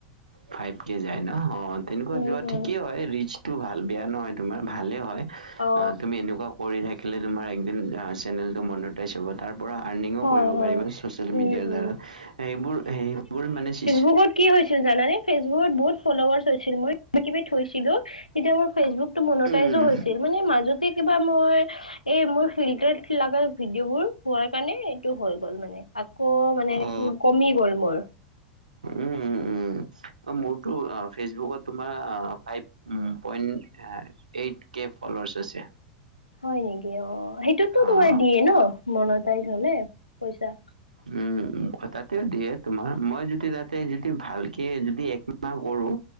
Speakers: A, on the right; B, on the left.
A: ফাইভ কে যায় ন অ তেনেকুৱা
B: উম
A: যোৱা
B: উম
A: ঠিকেই হয় ৰিচ টো ভাল বেয়া নহয় তোমাৰ ভালেই হয়
B: অ
A: তুমি এনেকুৱা কৰি থাকিলে তোমাৰ একদিন চেনেলটো মনত তাৰ পৰা আৰ্নিঙো
B: হয়
A: কৰিব
B: হয়
A: পাৰিব চ'চিয়েল
B: উম
A: মিডিয়াৰ দ্বাৰা
B: উম
A: সেইবোৰ সেইবোৰ মানে চি চি
B: বুকত কি হৈছিল জানানে ফেচবুকত বহুত ফলোৱাৰচ হৈছিল মই এক্টিভেট হৈছিলো তেতিয়া মোৰ ফেচবুকটো মনিতাইজ
A: উম
B: হৈছিল মানে মাজতে কিবা মই এই মোৰ ফিল্টাৰত লগা ভিডিঅ' বোৰ হোৱাৰ কাৰণে এইটো হৈ গ'ল মানে। আকৌ মানে
A: অ
B: কমি গ'ল মোৰ
A: উম উম উম অ মোৰতো আ ফেচবুকত তোমাৰ আ ফাইভ পইন্ট আ এইট কে ফলোৱাৰ্চ আছে।
B: হয় নেকি অ সেইটো তোমাৰ
A: অ
B: দিয়ে ন মনতাইজ হলে পইচা
A: উম তাতেও দিয়ে তোমাৰ মই যদি তাতে যদি ভালকে যদি একমাহ কৰো